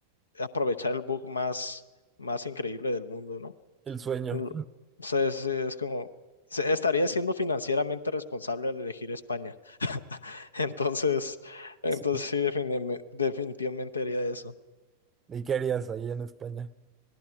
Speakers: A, on the left (about 75°); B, on the right (about 20°).
A: aprovechar el bug más, más increíble del mundo, ¿no?
B: El sueño.
A: Lo- o sea, es, es como, se- estaría siendo financieramente responsable al elegir España. <laughs> Entonces, entonces
B: Sí.
A: sí, defini- definitivamente haría eso.
B: ¿Y qué harías ahí en España?